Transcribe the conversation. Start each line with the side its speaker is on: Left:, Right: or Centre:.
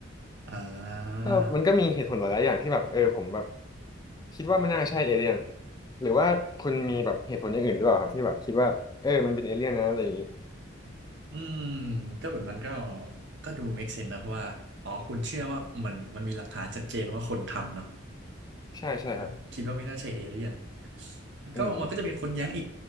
Right: อ่า
Left: ก็มันก็มีเหตุผลหลายๆอย่างที่แบบเออผมแบบคิดว่ามันน่าใช่เอเลี่ยนหรือว่าคุณมีแบบเหตุผลอย่างอื่นหรือเปล่าครับที่แบบคิดว่าเออมันเป็นเอเลี่ยนนะอะไรอย่างนี้
Right: อืมก็แบบนั้นก็ก็ดู make sense นะเพราะว่าอ๋อคุณเชื่อว่ามันมันมีหลักฐานชัดเจนว่าคนทำเนาะ
Left: ใช่ใช่ครับ
Right: แบบคิดว่าไม่น่าใช่เอเลี่ยนมันก็มันก็จะมีคนแย้งอีก
Left: อืม